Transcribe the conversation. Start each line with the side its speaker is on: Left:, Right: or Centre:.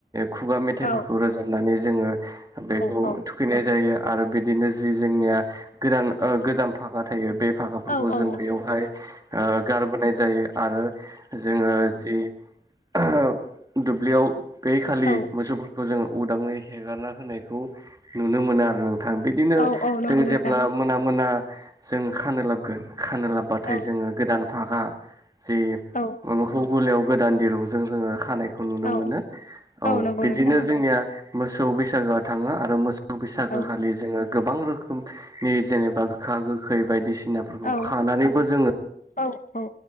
Right: खुगा मेथाइफोरखौ
Left: औ
Right: रोजाबनानै जोङो बेखौ
Left: औ
Right: थुखैनाय जायो आरो बिदिनो जि जोंनिया
Left: औ
Right: गोदान ओ गोजाम भाखा थायो बे भाखाफोरखौ
Left: औ औ
Right: जों बेयावहाय ओ गारबोनाय जायो आरो जोङो जि दुब्लियाव बे खालि
Left: औ
Right: मोसौफोरखौ जों उदाङै हेगारना होनायखौ नुनो मोनो आरो नों थां बिदिनो
Left: औ औ नंगौ
Right: जों
Left: नोंथां
Right: जेब्ला मोना मोना जों खानो लाबगोन खानो लाब्बाथाय
Left: औ
Right: जोङो गोदान फागा जे
Left: औ
Right: माबाखौ गलियाव गोदान दिरुंजों जोङो खानायखौ नुनो
Left: औ
Right: मोनो। औ
Left: नंगौ
Right: बिदिनो
Left: नोंथां नंगौ
Right: जोंनिया मोसौ बैसागोआ थाङो आरो मोसौ बैसागो
Left: औ
Right: खालि जोङो गोबां रोखोमनि जेनेबा गोखा गोखै बायदिसिनाफोरखौ
Left: औ
Right: खानानैबो जोङो
Left: औ औ।